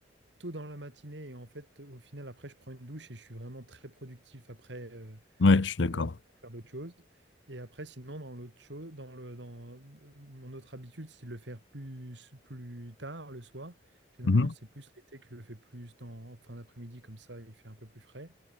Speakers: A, on the right; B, on the left.
A: tôt dans la matinée et en fait, au final, après, je prends une douche et je suis vraiment très productif après euh,
B: Ouais, je suis
A: pour,
B: d'accord.
A: euh, pour faire d'autres choses. Et après, sinon, dans l'autre chose, dans le, dans mon autre habitude, c'est de le faire plus, plus tard le soir. Généralement,
B: Mhm.
A: c'est plus l'été que je le fais plus dans, en fin d'après-midi, comme ça, il fait un peu plus frais.